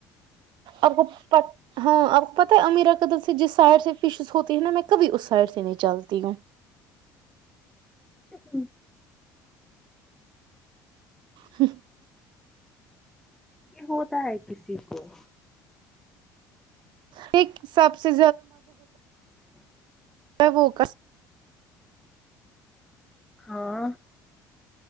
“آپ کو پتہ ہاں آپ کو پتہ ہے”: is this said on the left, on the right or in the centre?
Right